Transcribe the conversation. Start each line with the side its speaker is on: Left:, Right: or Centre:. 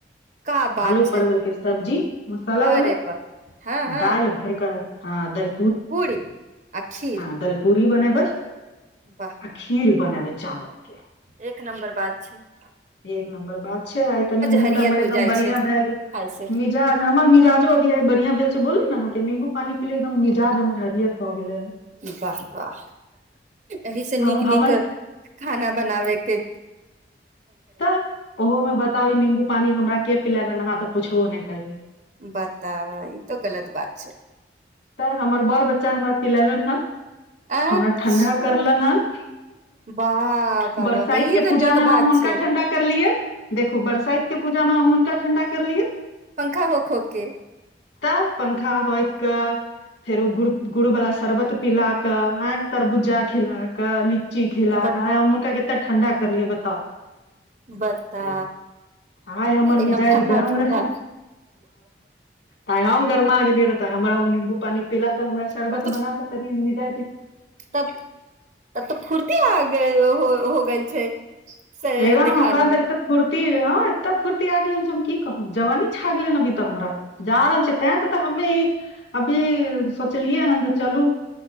Right: का बात
Left: आलू
Right: छै
Left: परवल के सब्जी मसाला
Right: अरे
Left: वला
Right: वाह हँ हँ
Left: दाईल भरिकऽ हँ दल
Right: पूरी। आ खीर
Left: हँ दलपूरी बने बै।
Right: वाह
Left: आ खिर। बनेबे चावल। के
Right: एक नं्बर बात। च्छा।
Left: एक नम्बर बात छै आइ तनी मूड
Right: हरियर
Left: हमर
Right: हो
Left: एकदम
Right: जाइ
Left: बढ़ििया
Right: छै
Left: भै गेल
Right: खाय से
Left: मिजाज हमर मिजाजोभ। बढ़िया भेलिल छै बोलू ने अहके नीमबू। पानी पले एकदम मिजाज हमर हरियत भऽ गेलै
Right: वाह वाह एहि से
Left: ह
Right: नीक नीक
Left: हमर।
Right: खाना बनाबैके।
Left: तऽ ओहो में बताउ नम्बू पानी हमरा के पिले देनहार। तऽ पुछो नहि करली।
Right: बताबै ई त गलत बात छै।
Left: तऽ हमर बड़ बच्चा हमरा पिलेलन हँ।
Right: अच्छा
Left: हमरा ठणढा करलन हन।
Right: वाह वाह
Left: बरसाइत
Right: वाह वाह ई
Left: के
Right: तऽ
Left: पूजामे
Right: नीक बात
Left: हम हुनका
Right: छै
Left: ठंडा करलियै देखू बरसाइत के पूजामे हम हुनका ठण्डा करलियै।
Right: पंखा होक होक के
Left: तब पंखा होइक क। फेर ओ गुड़ गुड़ुवला शरबत पिला कऽ आ तरबुजा खिला कऽ लीची खिला।
Right: बता
Left: आय हम हुनका केते ठणडा करलिय बता
Right: बता
Left: आय हमर
Right: एकदम
Left: मिजज
Right: ठण्डा
Left: गरम
Right: ठण्डा
Left: रहे आय हम गरमा गेलईये रहै त हमरा ऊ नींबू पानी पिला। हमरा शरबत
Right: तब तऽ
Left: बना क तनी पिल्लै
Right: तब तब तऽ फुुरतीे आ गय ओ। हो -हो ग छै। से
Left: हे राम
Right: देहार
Left: हमरा अन्दर
Right: मे
Left: तऽ फूर् ती हँ। ऽ फुर्ती आ गेलै ह हम की कहब जवानी छ गेले ह अभी तऽ हमरा जा रहल छै तैं से तऽ हमे अभी सोचलियै हन जे चलू।